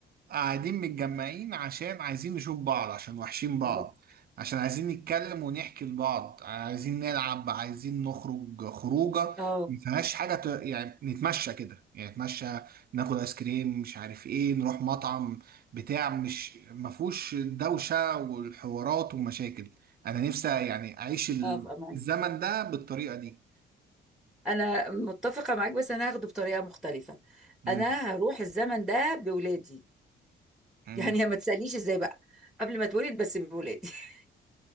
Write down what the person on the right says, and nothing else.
قاعدين متجمعين عشان عايزين نشوف بعض عشان وحشين
بعض عشان عايزين نتكلم ونحكي لبعض عايزين نلعب عايزين نخرج خروجة
ما فيهاش حاجة ت... يعني نتمشى كده يعني نتمشى ناكل آيس كريم مش عارف ايه نروح مطعم بتاع مش ما فيهوش الدوشة والحوارات والمشاكل أنا نفسي يعني أعيش ال-
الزمن ده بالطريقة دي
مم.
مم.